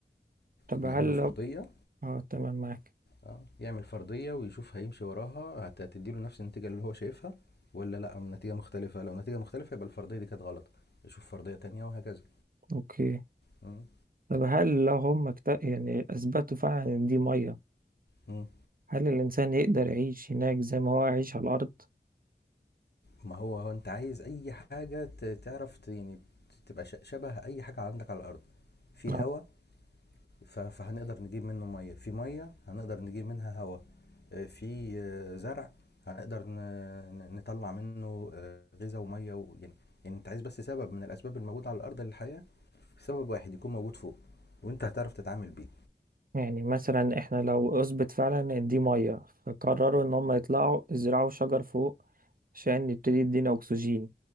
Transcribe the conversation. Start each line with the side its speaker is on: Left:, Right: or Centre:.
Right: طب
Left: يعملوا
Right: هل
Left: فرضية
Right: لو اه تمام معاك
Left: اه يعمل فرضية ويشوف هيمشي وراها هت- هتديله نفس النتيجة اللي هو شايفها ولا لا نتيجة مختلفة لو نتيجة مختلفة يبقى الفرضية دي كانت غلط يشوف فرضية تانية وهكذا
Right: اوكي
Left: مم.
Right: طب هل لو هم اكت... يعني اثبتوا فعلا ان دي مية
Left: مم.
Right: هل الانسان يقدر يعيش هناك زي ما هو عايش على الارض
Left: ما هو هو انت عايز اي حاجة ت- تعرف ت- يعني تبقى ش- شبه اي حاجة عندك على الارض في
Right: آه.
Left: هواء ف- فهنقدر نجيب منه مية في مية هنقدر نجيب منها هواء آه، في آه، زرع هنقدر ن- ن- نطلع منه آه، غذاء ومية و- يعني يعني انت عايز بس سبب من الاسباب الموجودة على الارض للحياة سبب واحد يكون موجود فوق وانت هتعرف تتعامل بيه
Right: يعني مثلا احنا لو اثبت فعلا ان دي ميه فقرروا ان هم يطلعوا يزرعوا شجر فوق عشان يبتدي يدينا اكسجين